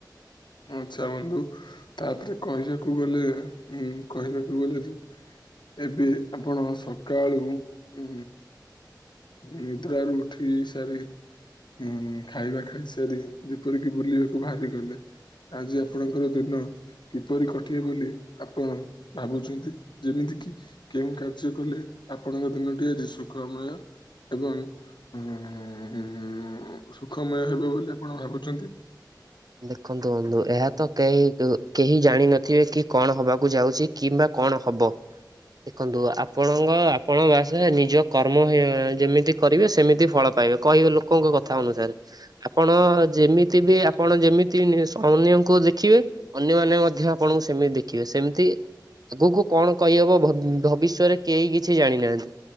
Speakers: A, on the left; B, on the right.
A: ଆଚ୍ଛା ବନ୍ଧୁ ତାପରେ କହିବାକୁ ଗଲେ ଉ କହିବାକୁ ଗଲେ। ଏବେ ଆପଣ ସକାଳୁ ଉ ନିଦ୍ରାରୁ ଉଠି ଇ ସାରି ଉ ଖାଇବା ଖାଇ ସାରି ଯେପରିକି ବୁଲିବାକୁ ବାହାରିଗଲେ। ଆଜି ଆପଣଙ୍କର ଦିନ କିପରି କଟିବ ବୋଲି ଆପଣ ଭାବୁଛନ୍ତି ଯେମିତି କେଉଁ କାର୍ଯ୍ୟ କଲେ ଆପଣଙ୍କ ଦିନଟି ଆଜି ସୁଖମୟ ଏବଂ ଉ ସୁଖମୟ ହେବ ବୋଲି ଆପଣ ଭାବୁଛନ୍ତି?
B: ଦେଖନ୍ତୁ ବନ୍ଧୁ ଏହା ତ କେହି କେହି ଜାଣିିନଥିବେ କି କଣ ହବାକୁ ଯାଉଛି, କିମ୍ବା କଣ ହବ? ଦେଖନ୍ତୁ ଆପଣଙ୍କ ଆପଣ ବାସ ନିଜ କର୍ମ ଯେମିତି କରିବେ ସେମିତି ଫଳ। ପାଇବେ କହିବେ ଲୋକଙ୍କ କଥା ଅନୁସାରେ ଆପଣ ଯେମିତି ବି ଆପଣ ଯେମିତି ଅନ୍ୟଙ୍କୁ ଦେଖିବେ ଅନ୍ୟମାନେ ମଧ୍ୟ ଆପଣଙ୍କୁ ସେମିତି ଦେଖିବେ ସେମିତି। ଆଗକୁ କଣ କହିହବ ଭବିଷ୍ୟରେ କେହି କିଛି ଜାଣିନାହାନ୍ତି।